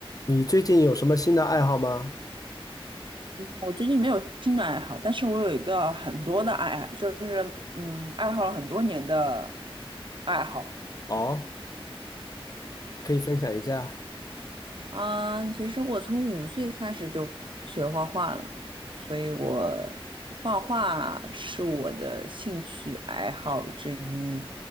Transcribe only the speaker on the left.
你最近有什么新的爱好吗？
哦，可以分享一下。